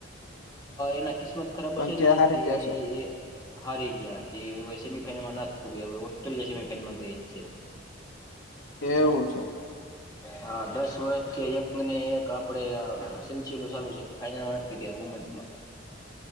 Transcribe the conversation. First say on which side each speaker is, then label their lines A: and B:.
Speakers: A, on the left; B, on the left.
A: એના ક કિસ્મત ખરાબ
B: પણ
A: હશે
B: ત્યાં
A: ને
B: હારી
A: તે
B: ગયા
A: એ હારી ગયા કે હવે સેમીફાઈનલમાં ના પગ હવે ઓસ્ટ્રેલિયા સેમીફાઈનલમાં ગયેલ છે.
B: <inaudible> એવું છે
A: હા દસ વર્ષથી એક ને એક આપડે સલસીલો સારુ છે ખાઈમાં નથી ગયા વુમન્સ માં.